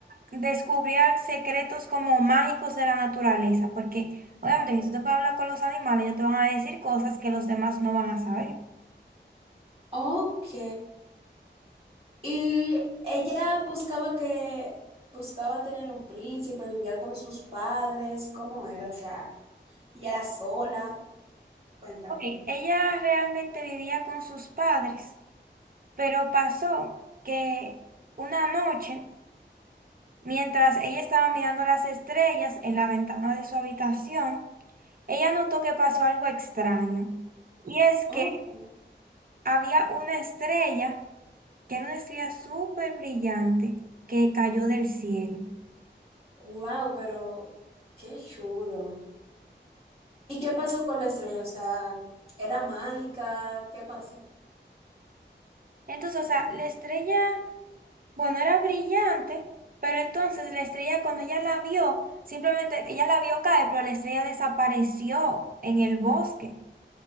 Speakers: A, on the right (about 50°); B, on the right (about 30°).
A: descubría secretos como mágicos de la naturaleza, porque obviamente si tú te puedes hablar con los animales, ellos te van a decir cosas que los demás no van a saber.
B: Ok. Y ella buscaba que, buscaba tener un príncipe, vivía con sus padres, ¿cómo era? O sea, ella era sola. Cuéntame.
A: Ok, ella realmente vivía con sus padres, pero pasó que una noche, mientras ella estaba mirando las estrellas en la ventana de su habitación, ella notó que pasó algo extraño. Y es
B: Ok.
A: que había una estrella, que era una estrella súper brillante, que cayó del cielo.
B: Wow, pero qué chulo. ¿Y qué pasó con la estrella? O sea, ¿era mágica? ¿Qué pasó?
A: Entonces, o sea, la estrella, bueno, era brillante, pero entonces la estrella cuando ella la vio, simplemente ella la vio caer, pero la estrella desapareció en el bosque.